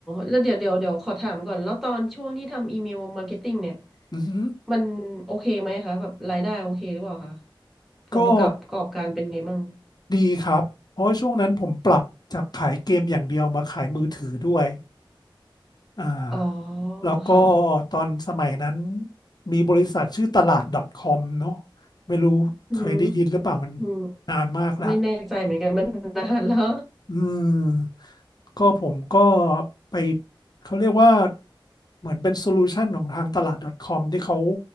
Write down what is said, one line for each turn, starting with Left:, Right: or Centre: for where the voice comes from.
Centre: แล้วเดี๋ยวเดี๋ยวเดี๋ยวขอถามก่อนแล้วตอนช่วงที่ทำอีเมลมาร์เก็ตติ้งเนี่ย
Left: อือฮึ
Centre: มันโอเคไหมคะแบบรายได้โอเคหรือเปล่าคะผลประกอบประกอบการเป็นไงมั่ง
Left: ก็ดีครับเพราะช่วงนั้นผมปรับจากขายเกมอย่างเดียวมาขายมือถือด้วยอ่า
Centre: อ๋อ
Left: แล้วก็
Centre: ค่ะ
Left: ตอนสมัยนั้นมีบริษัทชื่อตลาด .com เนอะไม่รู้เคยได้ยินหรือเปล่ามัน
Centre: อืมอืม
Left: นานมากแล้ว
Centre: ไม่แน่ใจเหมือนกันมันนานแล้ว
Left: อืมก็ผมก็ไปเขาเรียกว่าเหมือนเป็นโซลูชันของทางตลาด .com ที่เขา